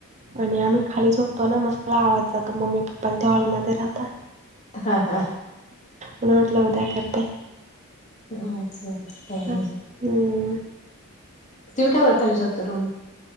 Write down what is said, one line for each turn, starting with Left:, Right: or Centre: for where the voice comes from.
Right: आणि आम्ही खाली झोपतो ना मग सगळा आवाज जातो मम्मी पप्पा आणि ते हॉलमध्ये राहतात.
Left: हा हा.
Right: पण वाटलं उद्या करते.
Left: हम्म चालते काय
Right: हम्म.
Left: नाही. तुम्हीय बत खली शकतो रु.